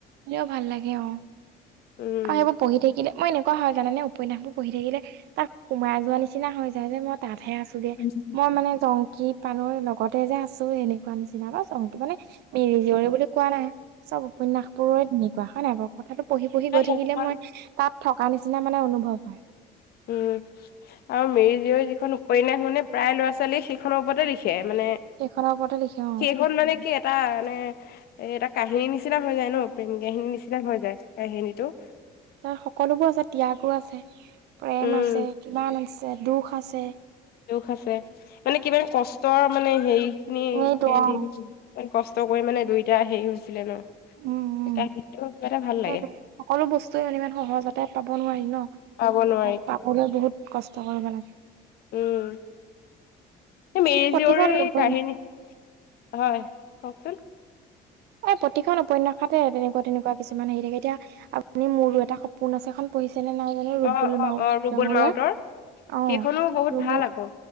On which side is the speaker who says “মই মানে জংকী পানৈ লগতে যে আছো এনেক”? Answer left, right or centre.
Right